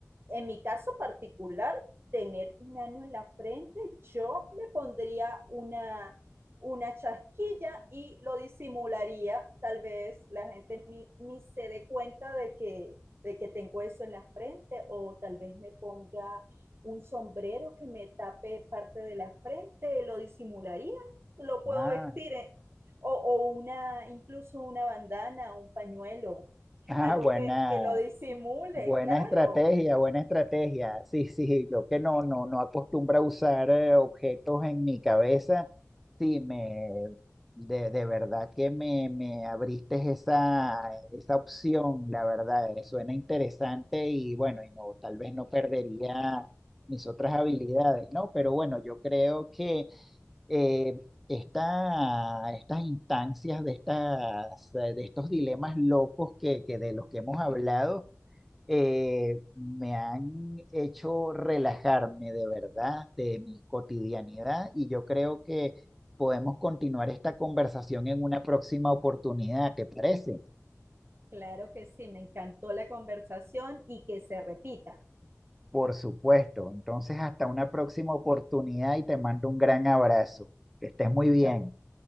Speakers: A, on the right; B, in the centre.
A: en mi caso particular, tener un ano en la frente, yo me pondría una, una chasquilla y lo disimularía. Tal vez la gente ni, ni se dé cuenta de que, de que tengo eso en la frente o tal vez me ponga un sombrero que me tape parte de la frente, lo disimularía, lo puedo
B: Ah,
A: vestir en, o, o, una, incluso una bandana, un pañuelo,
B: ah,
A: algo
B: buena.
A: que, que lo disimule,
B: Buena
A: claro.
B: estrategia, buena estrategia. Sí, <laughs> sí, yo que no, no, no acostumbro a usar eh, objetos en mi cabeza. Sí, me, de, de verdad que me, me abriste esa, esa opción, la verdad, eh, suena interesante y bueno, y no, tal vez no perdería mis otras habilidades, ¿no? Pero bueno, yo creo que eh, esta- estas instancias de estas, eh, de estos dilemas locos que, que de los que hemos hablado eh, me han hecho relajarme de verdad de mi cotidianidad y yo creo que podemos continuar esta conversación en una próxima oportunidad, ¿te parece?
A: Claro que sí, me encantó la conversación y que se repita.
B: Por supuesto. Entonces, hasta una próxima oportunidad y te mando un gran abrazo. Que estés muy bien.
A: Yo,